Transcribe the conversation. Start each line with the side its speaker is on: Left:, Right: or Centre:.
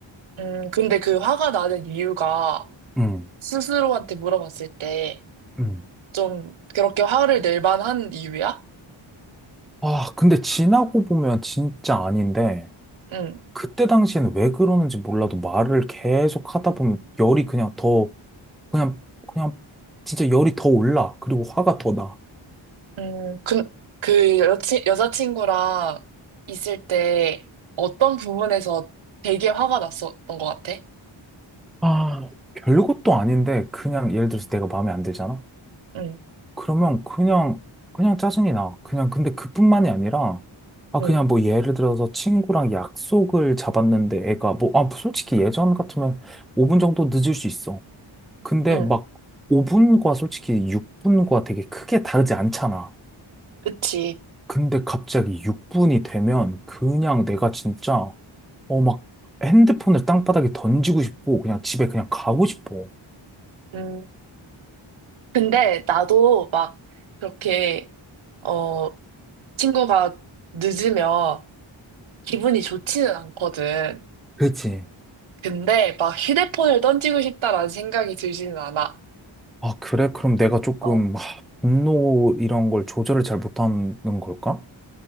Right: 음, 근데 그 화가 나는 이유가
Centre: 음,
Right: 스스로한테 물어봤을 때
Centre: 음.
Right: 좀 그렇게 화를 낼 만한 이유야?
Centre: 아, 근데 지나고 보면 진짜 아닌데,
Right: 응.
Centre: 그때 당시에는 왜 그러는지 몰라도 말을 계속 하다 보면 열이 그냥 더, 그냥, 그냥 진짜 열이 더 올라. 그리고 화가 더 나.
Right: 음, 그, 그 여친, 여자친구랑 있을 때 어떤 부분에서 되게 화가 났었던 것 같아?
Centre: 아, 별것도 아닌데 그냥 예를 들어서 내가 마음에 안 들잖아?
Right: 응.
Centre: 그러면 그냥 그냥 짜증이 나. 그냥 근데 그뿐만이 아니라 아
Right: 응.
Centre: 그냥 뭐 예를 들어서 친구랑 약속을 잡았는데 애가 뭐 아 솔직히 예전 같으면 5분 정도 늦을 수 있어. 근데
Right: 응,
Centre: 막 5분과 솔직히 6분과 되게 크게 다르지 않잖아.
Right: 그치.
Centre: 근데 갑자기 6분이 되면 그냥 내가 진짜 어 막 핸드폰을 땅바닥에 던지고 싶고 그냥 집에 그냥 가고 싶어.
Right: 음. 근데 나도 막 그렇게 어 친구가 늦으면 기분이 좋지는 않거든.
Centre: 그치.
Right: 근데 막 휴대폰을 던지고 싶다라는 생각이 들지는 않아.
Centre: 아, 그래? 그럼 내가 조금,
Right: 어
Centre: 하, 분노 이런 걸 조절을 잘 못하는 걸까?